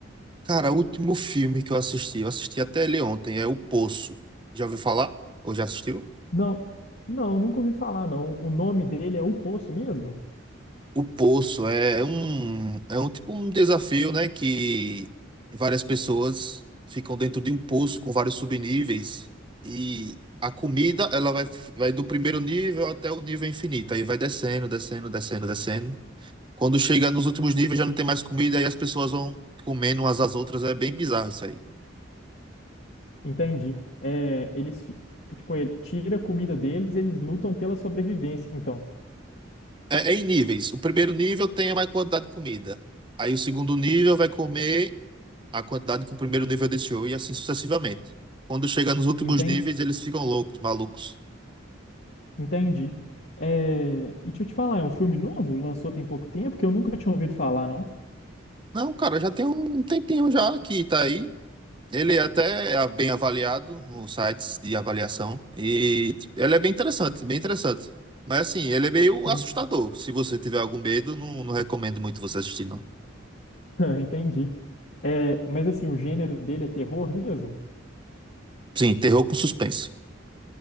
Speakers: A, on the right; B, on the left.
A: Cara, o último filme que eu assisti, eu assisti até ele ontem, é O Poço. Já ouviu falar? Ou já assistiu?
B: Não, não, nunca ouvi falar, não. O nome dele é O Poço mesmo?
A: O Poço é um, é um tipo um desafio, né? Que várias pessoas ficam dentro de um poço com vários subníveis e a comida, ela vai, vai do primeiro nível até o nível infinito. Aí vai descendo, descendo, descendo, descendo. Quando chega nos últimos níveis já não tem mais comida e as pessoas vão comendo umas às outras. É bem bizarro isso aí.
B: Entendi. É, eles, fi- é, tipo, ele tira a comida deles, eles lutam pela sobrevivência, então.
A: É, é em níveis. O primeiro nível tem a maior quantidade de comida. Aí o segundo nível vai comer a quantidade que o primeiro nível deixou e assim sucessivamente. Quando chega nos últimos
B: Enten-
A: níveis, eles ficam loucos, malucos.
B: Entendi. É, e deixa eu te falar, é um filme novo? Lançou tem pouco tempo, que eu nunca tinha ouvido falar, não.
A: Não, cara, já tem um tempinho já que tá aí. Ele é até é bem avaliado nos sites de avaliação e ele é bem interessante, bem interessante. Mas assim, ele é meio
B: En-
A: assustador. Se você tiver algum medo, não, não recomendo muito você assistir, não.
B: <laughs> Entendi. É, mas assim, o gênero dele é terror mesmo?
A: Sim, terror com suspense.